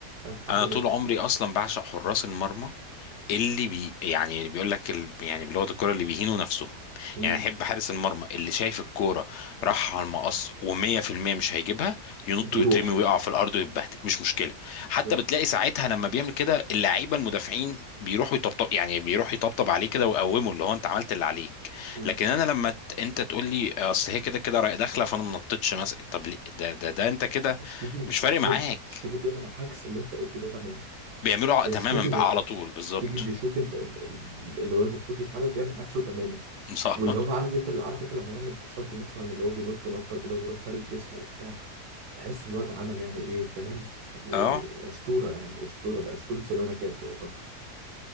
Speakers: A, on the right; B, on the left.
A: ها، هعمل
B: انا طول
A: ايه
B: عمري اصلا بعشق حراس المرمى اللي بي يعني بيقول لك ال... يعني بلغه الكوره اللي بيهينوا نفسهم
A: مم.
B: يعني احب حارس المرمى اللي شايف الكوره راح على المقص و100% مش هيجيبها ينط
A: بيروح
B: ويترمي ويقع في الارض ويتبهدل مش مشكله حتى
A: بالظبط
B: بتلاقي ساعتها لما بيعمل كده اللعيبه المدافعين بيروحوا يطبطب يعني بيروح يطبطب عليه كده ويقومه اللي هو انت عملت اللي عليك
A: مم.
B: لكن انا لما ت- انت تقول لي اصل هي كده كده رايح داخله فانا ما نطيتش مثلا طب ليه؟ ده ده ده انت كده
A: شتيجن
B: مش فارق
A: شتيجن
B: معاك
A: شتيجن بيعمل عكس اللي انت قلته ده تماما
B: بيعملوا ع-
A: يعني
B: تماما
A: شتيجن
B: بقى على طول بالظبط
A: شتيجن بيشوف انت ال- ال- اللي هو المفروض يتعمل بيعمل عكسه تماما
B: <laughs> صح
A: واللي هو عارف انت اللي عارف انت لما يعمل تصدي مثلا اللي هو بينط نطه كده ويروح فارد جسمه وبتاع تحس الواد عمل يعني ايه فاهم يعني
B: اه
A: اسطوره يعني اسطوره ده اسطوره زمانك كانت والله